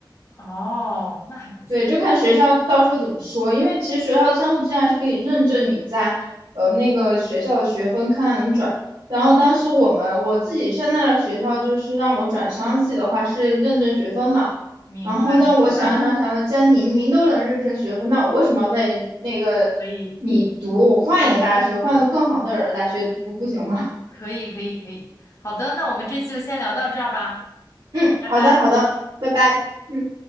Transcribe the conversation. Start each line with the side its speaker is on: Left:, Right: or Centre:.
Left: 哦，那还不错。
Right: 对，就看学校到时候怎么说，因为其实学校相互之间还是可以认证你在呃那个学校的学分，看看能不能转。然后当时我们我自己现在的学校就是让我转商系的话是认证学分嘛，
Left: 明白明白，
Right: 然后但我想想想了，既然您您都能认证学分，那我为什么要在那个你读，
Left: 可以
Right: 我换一个大学，换个更好的人的大学读不行吗？
Left: 可以可以可以，好的，那我们这次就先聊到这儿吧，
Right: <laughs> 嗯，
Left: 拜拜。
Right: 好的好的，拜拜。嗯。